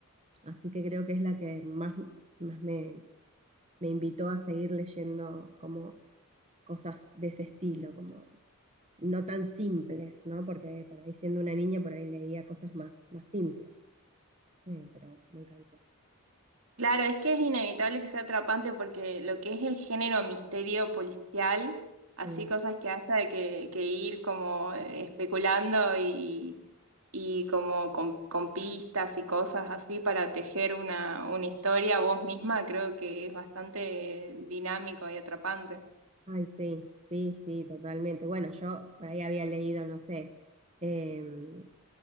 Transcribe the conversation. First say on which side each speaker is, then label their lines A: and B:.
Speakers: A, on the right; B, on the right.
A: Así que creo que es la que más, más me, me invitó a seguir leyendo como cosas de ese estilo, como no tan simples, ¿no? Porque por ahí siendo una niña, por ahí leía cosas más, más simples, eh, pero me encantó.
B: Claro, es que es inevitable que sea atrapante porque lo que es el género misterio policial, así
A: Y
B: cosas que haya que, que ir como especulando y, y como con, con pistas y cosas así para tejer una, una historia vos misma, creo que es bastante dinámico y atrapante.
A: Ay, sí, sí, sí, totalmente. Bueno, yo por ahí había leído, no sé, em,